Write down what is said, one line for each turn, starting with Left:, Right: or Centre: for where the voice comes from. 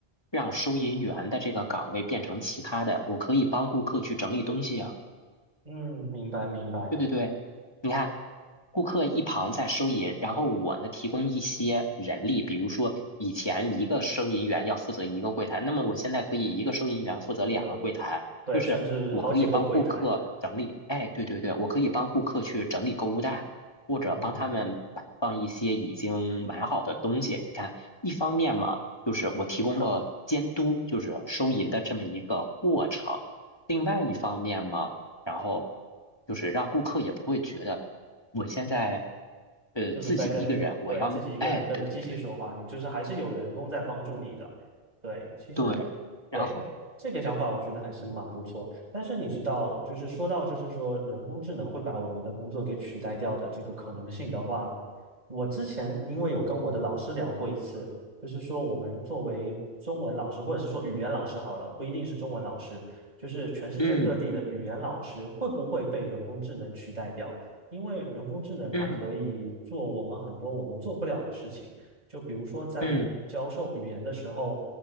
Left: 让收银员的这个岗位变成其他的，我可以帮顾客去整理东西啊。
Right: 嗯，明白明白，
Left: 对对对，你看，顾客一旁在收银，然后我呢提供一些人力，比如说以前一个收银员要负责一个柜台，那么我现在可以一个收银员负责两个柜台，
Right: 这个对，
Left: 就是我可以帮顾客整理，
Right: 甚至好几个柜台，
Left: 哎，对对对，我可以帮顾客去整理购物袋，或者帮他们摆放一些已经买好的东西。
Right: 嗯。
Left: 你看，一方面嘛，就是我提供了监督，就是收银的这么一个过程。另外一方面嘛，然后就是让顾客也不会觉得我现在呃自己一个人，
Right: 就是在跟，
Left: 我要哎，
Right: 对，自己一个人跟着机器说话，
Left: 对对对
Right: 你就是还是有人工在帮助你的。对，其实
Left: 对，
Right: 对这个想法，
Left: 然后
Right: 我觉得还是蛮不错。但是你知道，就是说到就是说人工智能会把我们的工作给取代掉的这个可能性的话，我之前因为有跟我的老师聊过一次，就是说我们作为中文老师，或者是说语言老师好了，不一定是中文老师，就是全世界各地的语言老师会不会被人工智能取代掉？
Left: 嗯
Right: 因为人工智能它可以做我们很多我们做不了的事情，
Left: 嗯
Right: 就比如说在教授语言的时候，
Left: 嗯